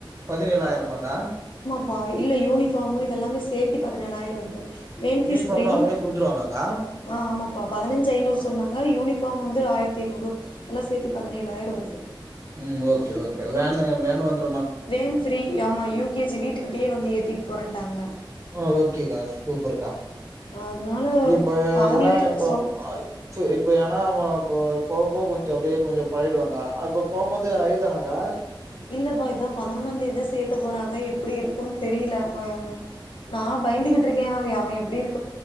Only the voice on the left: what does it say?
ப்பா இல்ல யூனிஃபார்மு இது எல்லாமே சேத்தி பதினேளாயிரோ வருது மெயின் பீஸ்
ஃப்ரீ
அ ஆமாப்பா பதினெஞ்சி ஐநூறு சொன்னாங்க யூனிஃபாம் வந்து ஆய்ர்த் திநூறு எல்லா சேத்தி பதினேளாயிரோ வருது
வேன் ஃப்ரீ ஆமா யூ கே ஜி வீட்டுக்கிட்டயே வந்து ஏத்திட் போறேன்ட்டாங்க
அதனால
அவங்களே
சொன்
இல்லப்பா இதா பதினொன்னாந்தேதிதா சேத்த போற அத எப்டி இருக்குன் தெரில அவ நா பயந்துகிட்ருக்கே அவெ எப்டி இரு